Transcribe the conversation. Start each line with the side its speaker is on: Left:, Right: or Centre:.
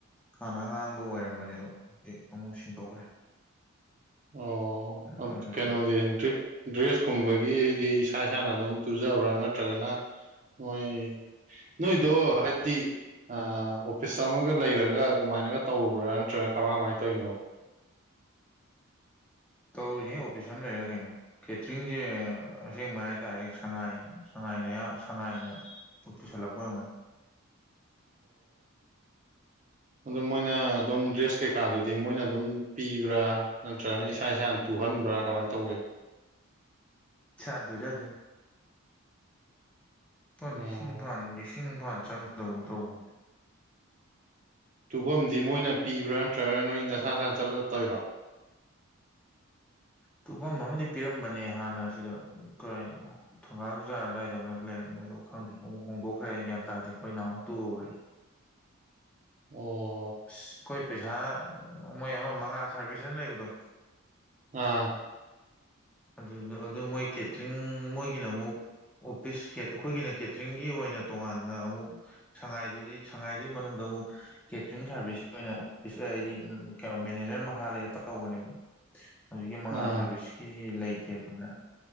Centre: ꯍꯥꯟꯅ ꯑꯉꯥꯡꯕ ꯑꯣꯏꯔꯝꯕꯅꯦ ꯑꯗꯣ ꯍꯧꯖꯤꯛ ꯑꯃꯨꯛ ꯁꯤꯟꯗꯣꯛꯈ꯭ꯔꯦ
Right: ꯑꯣ ꯑꯗꯨ
Centre: ꯇꯧꯔ ꯆꯠꯇꯣꯏ
Right: ꯀꯩꯅꯣꯗꯤ ꯗ꯭ꯔꯤ ꯗ꯭ꯔꯦꯁ ꯀꯨꯝꯕꯒꯤꯗꯤ ꯏꯁꯥ ꯏꯁꯥꯅ ꯑꯗꯨꯝ ꯇꯨꯖꯕ꯭ꯔꯥ ꯅꯠꯇ꯭ꯔꯒꯅ ꯃꯣꯏ ꯅꯣꯏꯗꯣ ꯍꯥꯏꯗꯤ ꯑꯥ ꯑꯣꯐꯤꯁ ꯑꯃꯒ ꯂꯩꯔꯒ ꯑꯗꯨꯃꯥꯏꯅꯒ ꯇꯧꯕ꯭ꯔꯥ ꯅꯠꯇ꯭ꯔꯒ ꯀꯃꯥꯏ ꯀꯃꯥꯏꯅ ꯇꯧꯔꯤꯅꯣꯕ
Centre: ꯇꯧꯔꯤꯅꯦ ꯑꯣꯐꯤꯁ ꯑꯃ ꯂꯩꯔꯒ ꯀꯩꯅꯣ ꯀꯦꯇ꯭ꯔꯤꯡꯁꯦ ꯑꯁꯦꯡꯕ ꯍꯥꯏꯇꯥꯔꯦ ꯁꯉꯥꯏ ꯁꯉꯥꯏꯅ ꯑꯌꯥ ꯁꯉꯥꯏꯅ ꯨꯄꯨ ꯄꯨꯁꯤꯂꯛꯄ ꯑꫭꯏꯔꯝꯒꯅꯤ
Right: ꯑꯗ ꯃꯣꯏꯅ ꯑꯗꯨꯝ ꯗ꯭ꯔꯦꯁ ꯀꯩꯀꯥꯗꯨꯗꯤ ꯃꯣꯏꯅ ꯑꯗꯨꯝ ꯄꯤꯕ꯭ꯔꯥ ꯅꯠꯇ꯭ꯔꯒꯅ ꯏꯁꯥ ꯏꯁꯥꯅ ꯇꯨꯍꯟꯕ꯭ꯔꯥ ꯀꯃꯥꯏꯅ ꯇꯧꯒꯦꯕ
Centre: ꯁꯥꯅ ꯇꯨꯖꯗꫭꯏꯅꯦ ꯂꯨꯄꯥ ꯂꯤꯁꯤꯡ
Right: ꯑꯣ
Centre: ꯐꯥꯟ ꯂꯤꯁꯤꯡ ꯐꯥꯟ ꯆꯪꯗꯒꯨꯝ ꯇꯧꯕ
Right: ꯇꯨꯕꯝꯗꯤ ꯃꯣꯏꯅ ꯄꯤꯕ꯭ꯔꯥ ꯅꯠꯇ꯭ꯔꯒꯅ ꯅꯣꯏ ꯅꯁꯥ ꯅꯁꯥꯅ ꯆꯠꯂ ꯇꫭꯏꯔꯣ
Centre: ꯇꯨꯝꯐꯝ ꯑꯃꯗꯤ ꯄꯤꯔꯝꯕꯅꯦ ꯍꯥꯟꯅ ꯁꯤꯗ ꯀꯩꯅꯣ ꯊꯣꯡꯒꯥꯜ ꯖꯥꯔ ꯑꯗꯨꯋꯥꯏꯗ ꯑꯃ ꯂꯩꯔꯝꯕ ꯋꯥ ꯈꯪꯗꯦ ꯑꯃꯨꯛ ꯍꯣꯡꯗꯣꯛꯈ꯭ꯔꯦ ꯒ꯭ꯌꯥꯟ ꯇꯥꯔꯗꯤ ꯑꯩꯈꯣꯏ ꯅꯍꯜꯃꯨꯛ ꯇꯨꯔꯦ
Right: ꯑꯣ
Centre: ꯑꯁ ꯑꯩꯈꯣꯏ ꯄꯩꯁꯥ ꯃꯣꯏ ꯑꯃ ꯃꯉꯥ ꯁꯥꯔꯚꯤꯁ ꯍꯥꯏꯅ ꯂꯩꯕꯗꯣ
Right: ꯑꯥ
Centre: ꯑꯗꯨꯗ ꯑꯗꯨ ꯃꯣꯏ ꯀꯦꯇꯔꯤꯡ ꯃꯣꯏꯒꯤꯅ ꯑꯃꯨꯛ ꯑꯣꯐꯤꯁ ꯑꯩꯈꯣꯏꯒꯤꯅ ꯀꯦꯇꯔꯤꯡꯒꯤ ꯑꯣꯏꯅ ꯇꯣꯉꯥꯟꯅ ꯑꯃꯨꯛ ꯁꯉꯥꯏꯗꯨꯒꯤ ꯁꯉꯥꯏꯗꯨꯒꯤ ꯃꯅꯨꯡꯗ ꯑꯃꯨꯛ ꯀꯦꯇꯔꯤꯡ ꯁꯥꯔꯚꯤꯁꯀꯤ ꯑꯣꯏꯅ ꯍꯥꯏꯗꯤ ꯀꯩꯅꯣ ꯃꯦꯅꯦꯖꯔ ꯃꯈꯥ ꯂꯩꯔ ꯇꯧꯕꯅꯦꯕ ꯍꯧꯖꯤꯛꯀꯤ ꯃꯉꯥꯜ
Right: ꯑꯥ
Centre: ꯁꯥꯔꯚꯤꯁꯀꯤꯁꯤ ꯂꯩꯇꯦ ꯑꯗꯨꯅ